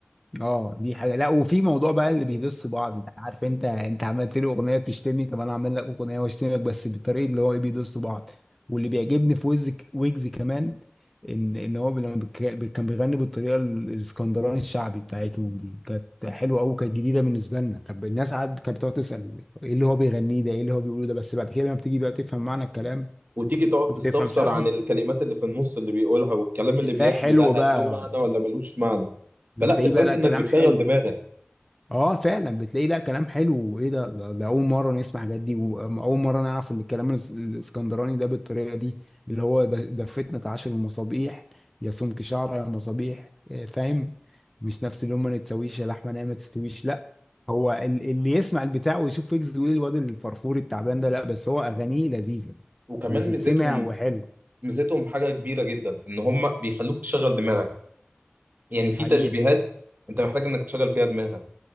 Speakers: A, in the centre; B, on the right.
A: اه دي حاجه لا وفي موضوع بقى اللي بيدس بعض انت عارف انت انت عملت لي اغنيه بتشتمني طب انا اعمل لك اغنيه واشتمك بس بالطريقه اللي هو ايه بيدس بعض واللي بيعجبني في ويجز ويجز كمان ان ان هو لما بك- كان بيغني بالطريقه ال- الاسكندراني الشعبي بتاعتهم دي كانت حلوه قوي كانت جديده بالنسبه لنا طب الناس قعدت كانت بتقعد تسال ايه اللي هو بيغنيه ده ايه اللي هو بيقوله ده بس بعد كده لما بتيجي بقى تفهم معنى الكلام
B: وتيجي تقعد تستفسر
A: وبتفهم شرحه
B: عن الكلمات اللي في النص اللي بيقولها والكلام اللي
A: بتلاقي
B: بياكله
A: حلو
B: ده هل
A: بقى
B: له معنى ولا ملوش معنى
A: بتلاقيه
B: فلا بتحس
A: بقى لا
B: انك
A: كلام
B: بتشغل
A: حلو
B: دماغك
A: اه فعلا بتلاقي لا كلام حلو وايه ده ده, ده اول مره نسمع الحاجات دي واول مره نعرف ان الكلام الس- الاسكندراني ده بالطريقه دي اللي هو ده, ده فتنه عشر المصابيح يا سمك شعره يا مصابيح آه، فاهم مش نفس اللي هم ما تسويش يا لحمه نايمه ما تستويش لا هو ال- اللي يسمع البتاع ويشوف ويجز ويقول الواد الفرفور التعبان ده لا بس هو اغانيه لذيذه
B: وكمان
A: وتتسمع
B: ميزتهم
A: وحلوه
B: ميزتهم حاجة كبيرة جدا ان هم بيخلوك تشغل دماغك يعني في
A: حقيقه
B: تشبيهات انت محتاج انك تشغل فيها دماغك